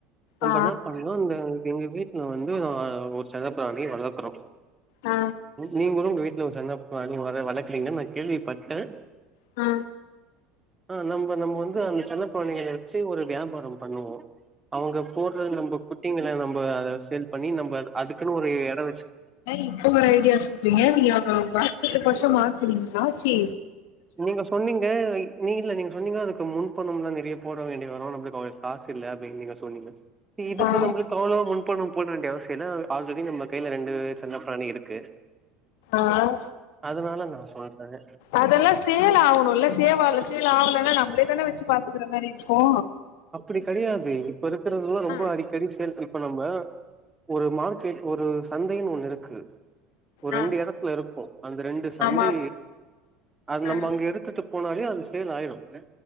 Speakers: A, on the right (about 20°); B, on the left (about 65°).
A: நம்ப
B: ஆ
A: என்னாப் பண் ஏதோ இந்த எங்க வீட்ல வந்து ஒரு செல்ல பிராணி வளக்குறோ
B: ஆ
A: நீங்களு உங்க வீட்ல ஒரு செல்லபிராணி வள வளக்குறீங்கனு நா கேள்விபட்டே
B: ஆ
A: அ நம்ப நம்ம வந்து அந்த செல்ல பிராணிக சு ஒரு வியாபாரோ பண்ணுவோ அவுங்க போடுற நம்ப குட்டிங்கள நம்ப அத சேல் பண்ணி நம்ப அது அதுக்குன்னு ஒரு எட வச்சுக்
B: இப்ப ஒரு ஐடியா சொல்றீங்க நீங்க அவ வருசத்துக்கு வருசோ மாத்துறீங்களா சி
A: நீங்க சொன்னீங்க நீங்க இல்ல நீங்க சொன்னீங்க அதுக்கு முன் பணம் லா நெறைய போட வேண்டி வரு நம்ளுக்கு அவளோ காசு இல்ல அப்டின்னு நீங்க சொன்னீங்க இ இதுக்கு
B: ஆ
A: நம்பளுக் அவ்ளோ முன்பணோ போட வேண்டிய அவசிய இல்ல ஆல்ரெடி நம்ம கையில ரெண்டு செல்ல பிராணி இருக்கு
B: ஆ
A: அதுனால நா சொல்றே
B: அதேல்லா சேல் ஆவுனுல சேவ் ஆகல சேல் ஆவலன்னா நம்பளே தானே வச்சு பாத்துக்குற மாரி இருக்கு
A: அப்டி கெடையாது இப்ப இருக்கறதெல்லா ரொம்போ
B: ஆ
A: அடிக்கடி சேல்ஸ் இப்ப நம்ப ஒரு மார்க்கெட் ஒரு சந்தைன்னு ஒண்ணு இருக்கு ஒரு
B: ஆ
A: ரெண்டு எடத்துல இருக்கு அந்த ரெண்டு சந்தை
B: ஆமா
A: அது
B: ஆமா
A: நம்ம அங்க எடுத் த்துட்டு போனாலே அது சேல் ஆயிடு